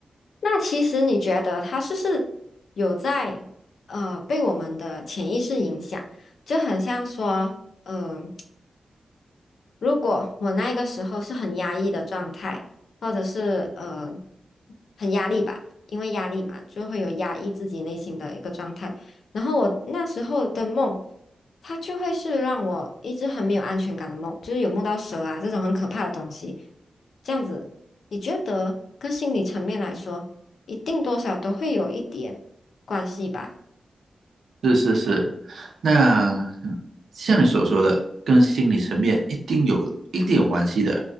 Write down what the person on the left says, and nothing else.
那其实你觉得它是不是有在呃被我们的潜意识影响？就很像说，嗯。如果我那个时候是很压抑的状态，或者是呃很压力吧，因为压力嘛，就会有压抑自己内心的一个状态。然后我那时候的梦，它就会是让我一直很没有安全感的梦，就是有梦到蛇啊这种很可怕的东西。这样子，你觉得跟心理层面来说，一定多少都会有一点关系吧？